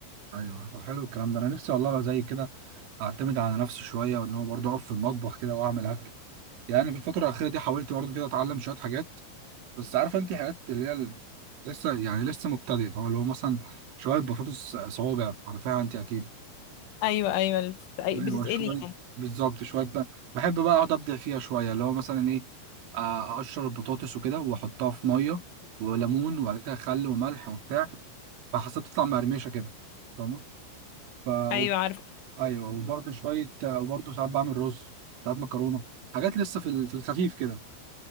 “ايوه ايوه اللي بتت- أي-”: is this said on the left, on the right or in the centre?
Left